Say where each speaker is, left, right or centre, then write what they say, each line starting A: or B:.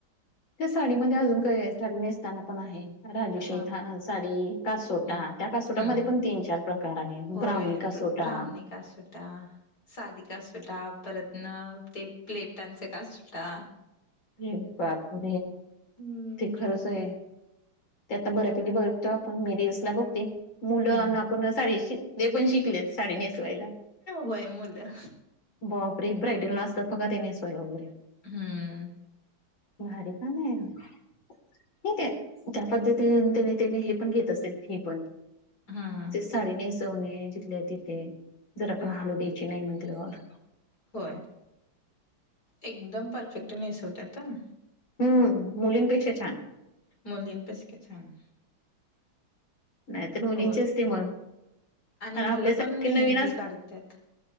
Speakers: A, on the left; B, on the left.
A: त्या साडीमध्ये अजून काय साडी नेसताना पण आहे राजेशाही
B: हा
A: साडी कासोटा
B: हम्म
A: त्या कासोटामध्ये
B: हम्म
A: पण तीन चार प्रकार आहे
B: होय
A: ब्राह्मिक कसोटा
B: ब्र ब्राह्मणी कासोटा साधी कासोटा परत न ते प्लेटांची कासोटा
A: हे बापण
B: हम्म
A: ते खरंच आहे ते आता बऱ्यापैकी
B: होय
A: बघ <unintelligible> मेरीस ला बघते मुलं
B: हम्म
A: आपण श ते पण शिकलेत साडी नेसवायला
B: होय मुलं
A: बापरे ब्रायडलला असतात बघा ते नेसवायला वगैरे.
B: हम्म.
A: भारी काम आहे ठिके आहे त्या पद्धतीने ते हे पण घेत असतील फी पण
B: हम्म
A: साडी नेसवणे जिथल्या तिथे जर आपण
B: हा
A: हलू द्यायची नाही म्हणल्यावर
B: होय एकदम परफेक्ट नेसवतात ह.
A: हम्म मुलींपेक्षा छान.
B: मुलींपेक्षा छान.
A: नाही तर मुलींची
B: होय
A: असते मग आणि
B: मुलं
A: आपल्यासारख
B: पण मेहंदी
A: नवीन अस
B: काढतात